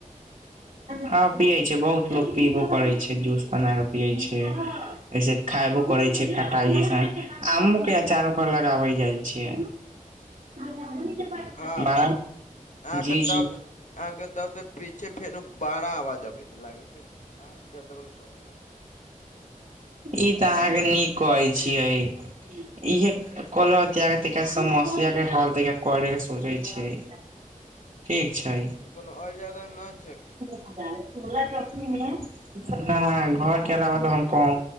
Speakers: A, on the left (about 60°); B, on the right (about 50°).
A: छै
B: हॅं, पियै छै, बहुत लोक पीबो करै छै जूस बना कऽ पियै छै। अईसऽ खायबो करै छै खटाइ जेैशन, आमो के अचार ओकर लगाबै जाय छै। <unintelligible>
A: हॅं,
B: बड़ा
A: अहाँ
B: जी
A: के तब
B: जी
A: आहां के तब से पीछे फेनो बाड़ा आवाज आबै छै, लागे छै अहां सेे ज्यादा हुनकरे आवाज
B: इ तऽ आहाँ के नीक कहै छियै, इहे कलौं हैं जैह हेतै तैंय समस्यै के हॉल देैय के करैय सोचै छियै। ठीक छैय।
A: तऽ कोनो और जगह न छ की?
B: <unintelligible> चूला चौकी में ना, घर के अलावा तऽ हम कहूं